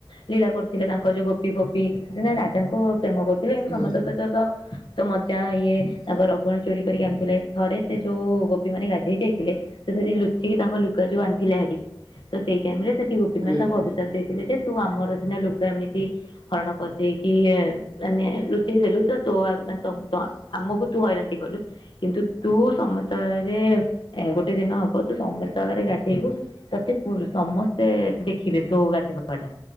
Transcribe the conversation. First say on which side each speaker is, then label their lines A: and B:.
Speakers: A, on the left; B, on the right.
A: ଲୀଳା କରୁଥିଲେ ତାଙ୍କ ଯୋଉ ଗୋପି ଫୋପି ସେ <unintelligible> ରାଧାଙ୍କୁ ପ୍ରେମ କ ଥିଲେ କିନ୍ତୁ
B: ହୁଁ
A: ସମସ୍ତଙ୍କ ସହିତ ତ ତ ମଜା ଇଏ ତାଙ୍କ ଲବଣି ଚୋରି କରିକି ଆଣୁଥିଲେ ଥରେ ସେ ଯୋଉ ଗୋପୀ ମାନେ ଗାଧେଇ ଯାଇଥିଲେ। ସେ ସେଠି ଲୁଚିକି ତାଙ୍କ ଲୁଗା ଯୋଉ ଆଣିଥିଲା ହାରି ତ ସେଇ ଟାଇମରେ ସେଠି ଗୋପୀ
B: ହୁଁ
A: ମାନେ ତାଙ୍କୁ
B: ହୁଁ
A: ଅଭିଷାପ ଦେଇଥିଲେ ଯେ। ତୁ ଆମର ସିନା ଲୁଗା ଏମିତି। ହରଣ କରିଦେଇକି ଏ ମାନେ ଲୁଚେଇ ଦେଲୁ ତ ତୋ ଆ ମାନେ ତମ ତ ଆମକୁ। ତୁ ହଇରାଣ ଟି କଲୁ। କିନ୍ତୁ ତୁ ସମସ୍ତଙ୍କ ଆଗରେ ଏ ଗୋଟେ ଦିନ ହବ ତୁ ସମସ୍ତଙ୍କ ଆଗରେ ଗାଧେଇବୁ। ତତେ ପୁ ସମସ୍ତେ ଦେଖିବେ ତୋ ଗାଧୋଇବା ଟା